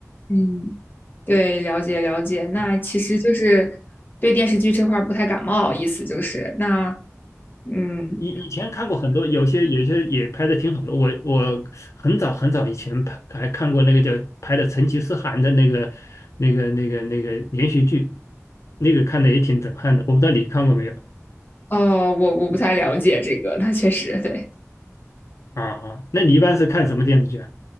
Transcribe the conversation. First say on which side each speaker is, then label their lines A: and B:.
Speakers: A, on the left; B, on the left.
A: 嗯，对，了解了解。那其实就是对电视剧这块儿不太感冒，意思就是那，嗯，
B: 以以前看过很多，有些有些也拍的挺好的。我我很早很早以前拍还看过那个叫拍的成吉思汗的那个那个那个那个连续剧，那个看的也挺震撼的。我不知道你看过没有
A: 哦，我我不太了解这个，那确实对。
B: 啊？啊，那你一般是看什么电视剧啊？